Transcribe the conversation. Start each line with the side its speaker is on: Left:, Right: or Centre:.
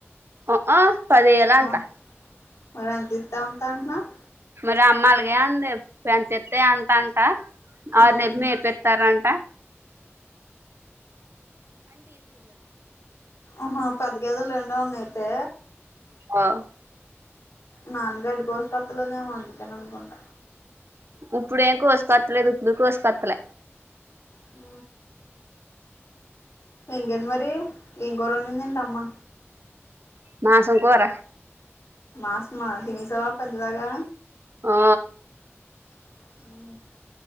Right: ఆమ్ ఆ పదివేలంటా
Left: ఆ మరి ఏంతిత్తే ఉంతా అంటున్నవ్
Right: రే అమ్మ అలాగే అంది ఎంతిత్తే అంత అంట ఆరు
Left: ఉమ్
Right: నెల్లు మేపితరంటా
Left: అహా పెద్దగదేల్ వెన్ న్నాయ్ అయితే
Right: ఆ
Left: నాన్నగడ్డి కోసుకొత్తలోదేమో అందుకేమొ అనుకుంట
Right: ఉప్పుడెం కోసుకొత్తలేదు ఇప్పుడు కోసుకొతలే
Left: ఆ ఇంకేంటి మరి ఏం కూరొండిందేంటి అమ్మ
Right: మాంసం కూర
Left: ఆస్మా తినేసావ పందిలాగా
Right: ఆ
Left: హు